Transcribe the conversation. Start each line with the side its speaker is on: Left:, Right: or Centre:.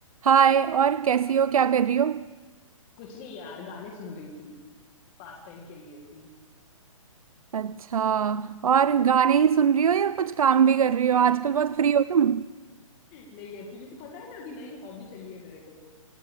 Right: हाय और कैसी हो क्या कर रही हो
Left: कुछ नहीं यार गाने सुन रही थी पास टाइम के लिए सुन
Right: अच्छा और गाने ही सुन रही हो या कुछ काम भी कर रही
Left: <laughs>
Right: हो आजकल बहुत फ्री हो तुम
Left: नहीं यार तुझे तो पता है ना अभी नई हॉबी चली है मेरे को तो